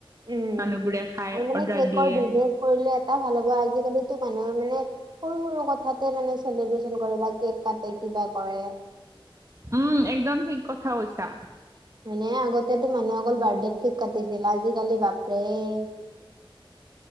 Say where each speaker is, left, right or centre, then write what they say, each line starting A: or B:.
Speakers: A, on the right; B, on the right.
A: উম,
B: মানুহবোৰে খাই
A: আৰু মানে
B: অৰ্ডাৰ
A: কেকৰ
B: দিয়ে
A: বিজনেছ - কৰিলে এটা ভাল হ'ব আজিকালিতো মানুহে মানে, সৰু সৰু কথা- তে মানে চেলিব্ৰেচন কৰে বা কেক কাটে কিবা কৰে।
B: উম একদম ঠিক কথা কৈছা।
A: মানে আগতেো মানুহে অকল বাৰ্থডে কেক কাটিছিল আজিকালি বাপৰে-